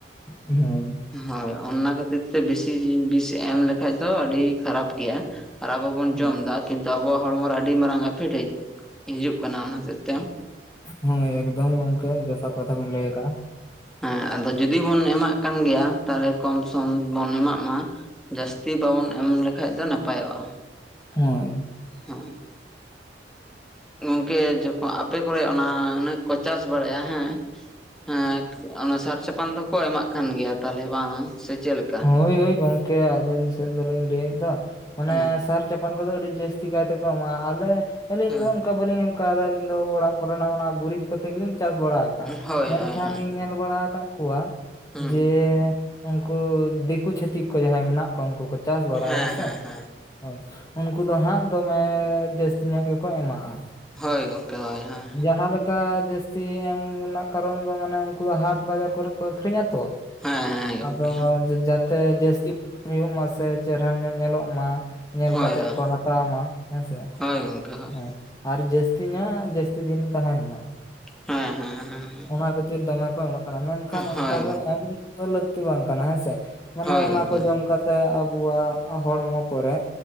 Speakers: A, on the left; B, in the centre.
A: ᱦᱳᱭ᱾
B: ᱦᱳᱭ ᱚᱱᱟ ᱠᱷᱟᱹᱛᱤᱨ ᱛᱮ ᱵᱮᱥᱤ ᱵᱤᱥ ᱮᱢ ᱞᱮᱠᱷᱟᱡ ᱫᱚ ᱟᱹᱰᱤ ᱠᱷᱟᱨᱟᱯ ᱜᱮᱭᱟ᱾ ᱟᱨ ᱟᱵᱚ ᱵᱚᱱ
A: ᱦᱮᱸ
B: ᱡᱚᱢ ᱫᱟ ᱠᱤᱱᱛᱩ ᱟᱵᱚᱣᱟᱜ ᱦᱚᱲᱢᱚ ᱨᱮ ᱟᱹᱰᱤ ᱢᱟᱨᱟᱝ ᱮᱯᱷᱮᱠᱴ ᱦᱤᱡᱩᱜ ᱠᱟᱱᱟ ᱚᱱᱟ ᱦᱚᱛᱮᱜ ᱛᱮ᱾
A: ᱦᱳᱭ ᱮᱠᱫᱚᱢ ᱜᱚᱢᱠᱮ ᱡᱚᱛᱷᱟᱛ ᱠᱟᱛᱷᱟ ᱵᱤᱱ ᱞᱟᱹᱭ ᱟᱠᱟᱫᱼᱟ᱾
B: ᱦᱮᱸ ᱟᱫᱚ ᱡᱩᱚᱫᱤ ᱵᱚᱱ ᱮᱢᱟᱜ ᱠᱟᱱ ᱜᱮᱭᱟ ᱛᱟᱦᱚᱞᱮ ᱠᱚᱢ ᱥᱚᱢ ᱵᱚᱱ ᱮᱢᱟᱜ ᱢᱟ᱾ ᱡᱟᱹᱥᱛᱤ ᱵᱟᱵᱚᱱ ᱮᱢ ᱞᱮᱠᱷᱟᱡ ᱫᱚ ᱱᱟᱯᱟᱭᱚᱜᱼᱟ᱾
A: ᱦᱳᱭ,
B: ᱦᱮᱸ ᱜᱚᱝᱠᱮ ᱡᱚᱠᱷᱚᱱ ᱟᱯᱮ ᱠᱚᱨᱮ ᱚᱱᱟ ᱩᱱᱟᱹᱜ ᱠᱚ ᱪᱟᱥ ᱵᱟᱲᱟᱭᱼᱟ ᱦᱮᱸ ᱦᱮᱸ ᱚᱱᱟ ᱥᱟᱨ ᱪᱟᱯᱟᱱ ᱫᱚᱠᱚ ᱮᱢᱟᱜ ᱠᱟᱱ ᱜᱮᱭᱟ ᱛᱟᱦᱚᱞᱮ ᱵᱟᱝ ᱥᱮ ᱪᱮᱫᱮᱠᱟ?
A: ᱦᱳᱭ ᱦᱳᱭ ᱜᱚᱝᱠᱮ ᱟᱹᱞᱤᱧ ᱥᱮᱫ ᱫᱚᱞᱤᱧ ᱞᱟᱹᱭᱮᱫ ᱫᱚ ᱢᱟᱱᱮ
B: ᱦᱩᱸ
A: ᱥᱟᱨ ᱪᱟ ᱪᱟᱯᱟᱱ ᱠᱚᱫᱚ ᱟᱹᱰᱤ ᱡᱟᱹᱥᱛᱤ ᱠᱟᱭ ᱛᱮᱠᱚ ᱮᱟᱜᱼᱟ ᱟᱞᱮ ᱟᱹᱞᱤᱧ
B: ᱦᱩᱸ
A: ᱫᱚ ᱚᱱᱠᱟ ᱵᱞᱤᱧ ᱮᱢ ᱚᱱᱠᱟ ᱟᱞᱤᱧ ᱫᱚ ᱚᱲᱟᱜ ᱠᱚᱨᱮᱱᱟᱜ ᱚᱱᱟ ᱜᱩᱨᱤᱡ ᱠᱚᱛᱮ ᱜᱮᱞᱤᱧ ᱪᱟᱥ ᱵᱟᱲᱟ ᱟᱠᱟᱫᱟ᱾
B: ᱦᱳᱭ
A: ᱢᱮᱱᱠᱷᱟᱱ
B: ᱦᱳᱭ ᱦᱳᱭ
A: ᱞᱤᱧ ᱧᱮᱞ ᱵᱟᱲᱟ ᱟᱠᱟᱫ ᱠᱚᱣᱟ
B: ᱦᱩᱸ
A: ᱡᱮ ᱩᱱᱠᱩ ᱫᱤᱠᱩ ᱪᱷᱟᱹᱛᱤᱠ ᱠᱚ ᱡᱟᱦᱟᱸᱭ ᱢᱮᱱᱟᱜ ᱠᱚᱣᱟ ᱩᱱᱠᱩ ᱠᱚ ᱪᱟᱥ ᱵᱟᱲᱟᱭᱟ
B: ᱦᱮᱸ
A: ᱥᱮ
B: ᱦᱮᱸ ᱦᱮᱸ
A: ᱦᱳᱭ ᱩᱱᱠᱩ ᱫᱚ ᱦᱟᱸᱜ ᱫᱚᱢᱮ ᱡᱟᱹᱥᱛᱤ ᱧᱚᱜ ᱜᱮᱠᱚ ᱮᱢᱟᱜᱼᱟ᱾
B: ᱦᱳᱭ, ᱜᱚᱝᱠᱮ ᱦᱳᱭ ᱦᱮᱸ
A: ᱡᱟᱦᱟᱸ ᱞᱮᱠᱟ ᱡᱟᱹᱥᱛᱤ ᱮᱢ ᱨᱮᱱᱟᱜ ᱠᱟᱨᱚᱱ ᱫᱚ ᱢᱟᱱᱮ ᱩᱱᱠᱩ ᱫᱚ ᱦᱟᱴ ᱵᱟᱡᱟᱨ ᱠᱚᱨᱮ ᱠᱚ ᱟᱠᱷᱨᱤᱧᱟ ᱛᱚ᱾
B: ᱦᱮᱸ
A: <inaudible>
B: ᱦᱮᱸ ᱜᱚᱝᱠᱮ
A: ᱟᱫᱚ ᱡᱟ ᱛᱮ ᱡᱟᱹᱥᱛᱤ ᱦᱩᱭᱩᱜ ᱢᱟ ᱥᱮ ᱪᱮᱦᱨᱟ ᱧᱚᱜ ᱧᱮᱞᱚᱜ ᱢᱟ, ᱧᱮᱞ
B: ᱦᱳᱭ
A: ᱠᱟᱛᱮᱜ
B: ᱦᱳᱭ
A: ᱠᱚ ᱦᱟᱛᱟᱣ ᱢᱟ ᱦᱮᱸᱥᱮ᱾
B: ᱦᱳᱭ ᱜᱚᱝᱠᱮ ᱦᱳᱭ᱾
A: ᱦᱮᱸ ᱟᱨ ᱡᱟᱹᱥᱛᱤ ᱧᱟᱜ ᱡᱟᱹᱥᱛᱤ ᱫᱤᱱ ᱛᱟᱦᱮᱱ ᱢᱟ᱾
B: ᱦᱮᱸ ᱦᱮᱸ ᱦᱮᱸ
A: ᱚᱱᱟ ᱠᱷᱟᱹᱛᱤᱨ ᱫᱚᱢᱮ ᱠᱚ ᱮᱢᱟᱜ ᱠᱟᱱᱟ ᱢᱮᱱᱠᱷᱟᱱ
B: ᱦᱳᱭ
A: ᱚᱱᱠᱟ ᱫᱚ ᱮᱢ ᱫᱚ ᱞᱟᱹᱠᱛᱤ ᱵᱟᱝ ᱠᱟᱱᱟ ᱦᱮᱸᱥᱮ, ᱢᱟᱱᱮ
B: ᱦᱳᱭ ᱜᱚᱝᱠᱮ
A: ᱚᱱᱟ ᱠᱚ ᱡᱚᱢ ᱠᱟᱛᱮ ᱛᱮ ᱟᱵᱚᱣᱟᱜ ᱦᱚᱲᱢᱚ ᱠᱚᱨᱮ